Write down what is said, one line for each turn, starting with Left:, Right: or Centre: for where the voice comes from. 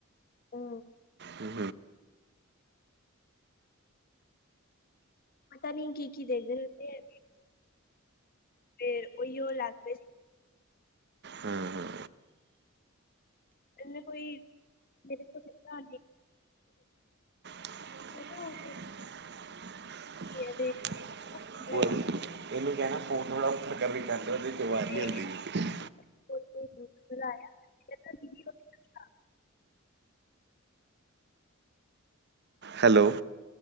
Left: ਹੂ
Right: ਹੂੰ
Left: ਪਤਾ ਨੀ ਕੀ ਕੀ ਦਿੰਦੇ ਉੱਥੇ ਫਿਰ ਉਹੀਓ ਰਹਿੰਦੇ।
Right: ਹਾਂ ਹਾਂ
Left: ਇਹਨ ਕੋਈ ਮੇਰੇ ਛੋਟੇ ਭਰਾ
Right: <unintelligible>
Left: ਉਹ ਨਾ ਉਹ ਐਪੀ ਦੇ ਸਾਡੇ
Right: ਹੋਈ ਇਹਨੂੰ ਕਹਿਣਾ ਫੋਨ ਥੜਾ ਇਨੂੰ ਤੱਦੀ ਕਹਿੰਦੇ ਆ, ਬਿਮਾਰ
Left: ਉੱਤੇ
Right: ਹੁੰਦੀ ਗੀ।
Left: <inaudible>
Right: ਹੈਲੋ